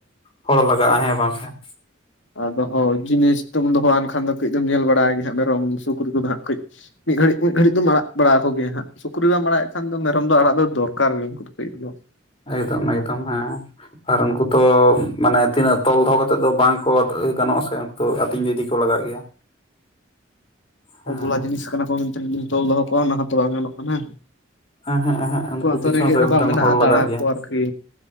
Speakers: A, on the left; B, on the left.
A: ᱦᱚᱲ ᱞᱟᱜᱟᱜᱼᱟ ᱦᱮᱸ ᱵᱟᱝ ᱥᱮ <unintelligible>
B: ᱟᱫᱚ ᱦᱚ ᱡᱤᱱᱤᱥ ᱫᱚᱵᱚᱱ ᱫᱚᱦᱚ ᱟᱱ ᱠᱷᱟᱱ ᱫᱚ ᱠᱟᱹᱡ ᱫᱚ ᱧᱮᱞ ᱵᱟᱲᱟᱭ ᱜᱮ ᱦᱟᱸᱜ ᱢᱮᱨᱚᱢ ᱥᱩᱠᱨᱤ ᱠᱚᱫᱚ ᱦᱟᱸᱜ ᱠᱟᱹᱡ ᱢᱤᱫ ᱜᱷᱟᱹᱲᱤᱡ ᱢᱤᱫ ᱜᱷᱟᱹᱲᱤᱡ ᱫᱚᱢ ᱟᱲᱟᱜ ᱵᱟᱲᱟ ᱟᱠᱚ ᱜᱮᱭᱟ ᱦᱟᱸᱜ ᱥᱩᱠᱨᱤ ᱵᱟᱢ ᱟᱲᱟᱜ ᱮ ᱠᱷᱟᱱ ᱫᱚ ᱢᱮᱨᱚᱢ ᱫᱚ ᱟᱲᱟᱜ ᱫᱚ ᱫᱚᱨᱠᱟᱨ ᱜᱮ <unintelligible>
A: ᱟᱭᱫᱚᱢ ᱟᱭᱫᱚᱢ ᱦᱮᱸ ᱟᱨ ᱩᱱᱠᱩ ᱫᱚ ᱢᱟᱱᱮ ᱛᱤᱱᱟᱹᱜ ᱛᱚᱞ ᱫᱚᱦᱚ ᱠᱟᱛᱮᱜ ᱫᱚ ᱵᱟᱝ ᱠᱚ ᱜᱟᱱᱚᱜᱼᱟ ᱥᱮ ᱛᱚ ᱟᱹᱛᱤᱧ ᱫᱚ ᱤᱫᱤ ᱠᱚ ᱞᱟᱜᱟᱜ ᱜᱮᱭᱟ᱾ ᱦᱮᱸ
B: ᱚᱵᱚᱞᱟ ᱡᱤᱱᱤᱥ ᱠᱟᱱᱟ ᱠᱚ ᱢᱮᱱᱛᱮᱱ ᱵᱤᱱ ᱛᱚᱞ ᱫᱚᱦᱚ ᱠᱚᱣᱟ᱾ ᱚᱱᱟ ᱦᱚᱛᱚ ᱵᱟᱝ ᱜᱟᱱᱚᱜ ᱠᱟᱱᱟ᱾
A: ᱮᱸᱦᱮᱸᱜ ᱮᱸᱦᱮᱸᱜ
B: ᱩᱱᱠᱩᱣᱟᱜ
A: ᱩᱱᱠᱩ ᱯᱤᱪᱷᱚᱱ
B: ᱛᱚ ᱨᱮᱸᱜᱮᱡ
A: ᱨᱮ
B: ᱨᱟᱵᱟᱝ
A: ᱢᱤᱫᱴᱟᱝ
B: ᱢᱮᱱᱟᱜᱼᱟ,
A: ᱦᱚᱲ ᱞᱟᱜᱟᱜ
B: ᱫᱟᱬᱟ
A: ᱜᱮᱭᱟ
B: ᱠᱚ ᱟᱨᱠᱤ᱾